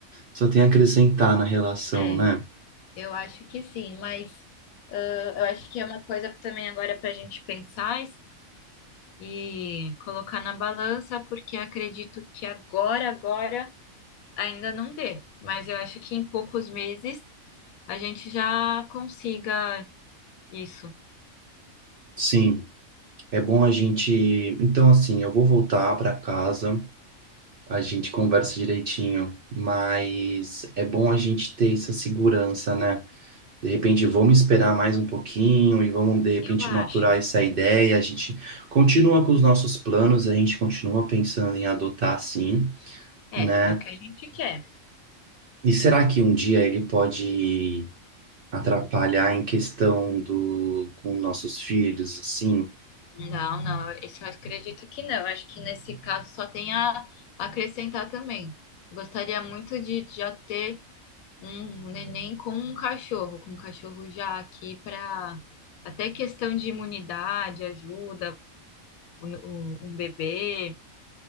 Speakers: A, on the right; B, on the left.
A: só tem a acrescentar na relação,
B: é,
A: né?
B: eu acho que sim, mas eu eu acho que é uma coisa também agora para a gente pensar e colocar na balança, porque acredito que agora, agora ainda não dê. Mas eu acho que em poucos meses a gente já consiga isso.
A: Sim. É bom a gente. Então, assim, eu vou voltar para casa, a gente conversa direitinho, mas é bom a gente ter essa segurança, né? De repente, vamos esperar mais um pouquinho e vamos, de repente,
B: Eu acho.
A: maturar essa ideia. A gente continua com os nossos planos, a gente continua pensando em adotar, sim,
B: É,
A: né?
B: é o que a gente quer.
A: E será que um dia ele pode atrapalhar em questão do com nossos filhos, assim?
B: Não, não, eu- isso eu acredito que não. Eu acho que nesse caso só tem a a acrescentar também. Gostaria muito de já ter um neném com um cachorro, com um cachorro já aqui para até questão de imunidade, ajuda, o- o- um bebê,